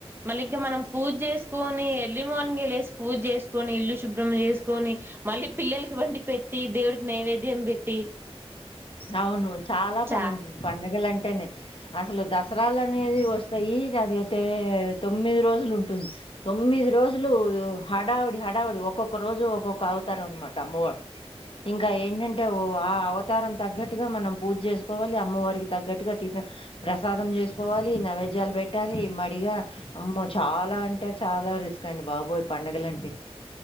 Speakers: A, on the right; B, on the left.
A: మళ్ళీ ఇంకా మనం పూజ చేసుకొని ఎర్లీ మార్నింగ్ లేసి పూజ చేసుకొని ఇల్లు శుభ్రం చేసుకొని మళ్ళీ పిల్లలకి వండి పెట్టి దేవుడికి నైవేద్యం పెట్టి
B: అవును చాలా
A: చా
B: పని ఉంటుంది పండగలు అంటే అంటేనే అసలు దసరాలానేవీ వస్తయీ జరిగితే తొమ్మిది రోజులుంటుంది తొమ్మిది రోజులూ హడావిడి హడావిడీ ఒక్కొక్క రోజు ఒక్కొక్క అవతారం అనమాట అమ్మవారు ఇంకా ఏంటంటే ఓ ఆహ్ అవతారం తగ్గట్టుగా మనం పూజ్జేసుకోవాలీ అమ్మవారికి తగ్గట్టుగా టిఫె ప్రసాదం జేసుకోవాలీ నైవేద్యాలు పెట్టాలీ మడిగా అమ్మో చాలా అంటే చాలా రిస్క్ అండి బాబోయ్ పండగలంటే